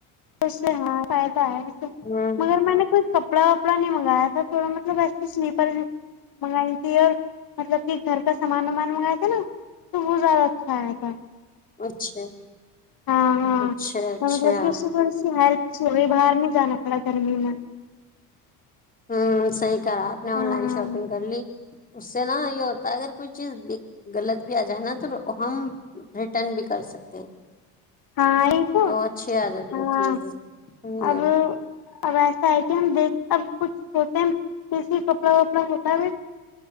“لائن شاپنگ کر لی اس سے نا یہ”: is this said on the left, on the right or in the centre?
Left